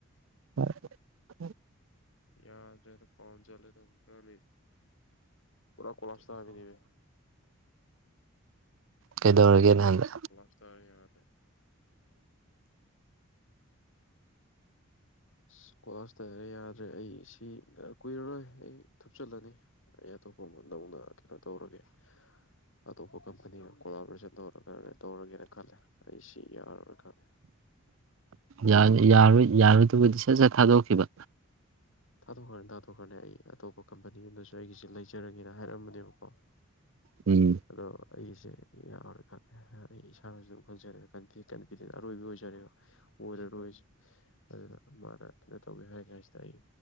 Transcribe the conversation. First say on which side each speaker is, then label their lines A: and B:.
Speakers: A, on the right; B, on the left.
A: ꯍꯣꯏ
B: ꯌꯥ ꯄꯥꯎꯟ ꯆꯂꯦꯗ ꯑ ꯄꯨꯔꯥ ꯀꯂꯥꯁꯇ ꯍꯥꯏ ꯄꯅꯤꯃꯦ
A: ꯀꯩꯗꯧꯔꯒꯦ ꯅꯍꯟꯗ
B: ꯀꯣꯂꯥꯞꯁ ꯇꯥꯔꯦ ꯌꯥꯗ꯭ꯔꯦ ꯑ ꯀꯣꯂꯥꯁꯇꯔ ꯌꯥꯗ꯭ꯔꯦ ꯑꯩ ꯁꯤ ꯀꯨꯏꯔꯔꯣꯏ ꯑꯩ ꯊꯨꯞꯆꯜꯂꯅꯤ ꯑꯦ ꯇꯣꯞꯄꯃꯗꯅ ꯀꯩꯅꯣ ꯇꯧꯔꯒꯦ ꯑꯇꯣꯞꯄ ꯀꯝꯄꯅꯤꯒ ꯀꯣꯔꯣꯑꯣꯄꯔꯦꯁꯟ ꯇꯧꯔꯒ ꯇꯧꯔꯒꯦꯅ ꯈꯜꯂꯦ ꯑꯩ ꯁꯤ ꯌꯥꯔꯣꯏ ꯈꯪꯉꯦ
A: ꯌꯥ ꯌꯥꯔ ꯌꯥꯔꯗꯨꯕꯨꯗꯤ ꯁꯠ ꯁꯠ ꯊꯥꯗꯣꯛꯈꯤꯕ
B: ꯊꯥꯊꯣꯛꯈ꯭ꯔꯅꯤ ꯇꯥꯊꯣꯛꯈ꯭ꯔꯅꯤ ꯑꯩ ꯑꯇꯣꯞꯄ ꯀꯝꯄꯅꯤ ꯑꯗꯁꯨ ꯑꯩꯒꯤꯁꯤꯦ ꯂꯩꯖꯔꯒꯦꯅ ꯍꯥꯏꯔꯝꯕꯅꯦꯕꯀꯣ
A: ꯎꯝ
B: ꯑꯗꯣ ꯑꯩꯁꯦ ꯌꯥꯎꯔꯦ ꯈꯪꯦ ꯑꯩ ꯏꯁꯥꯅꯁꯨ ꯑꯗꯨꯝ ꯈꯪꯖꯔꯦꯗꯤ ꯀꯩꯅꯣ ꯇ ꯑꯔꯣꯏꯕꯤ ꯑꯣꯏꯖꯔꯦꯕ ꯑꯣꯔꯣꯏ ꯑꯗꯨꯅ ꯃꯥꯅ ꯀꯩꯅꯣ ꯇꯧꯒꯦ ꯍꯥꯏ ꯀꯥꯏꯁꯤꯗ ꯑꯩ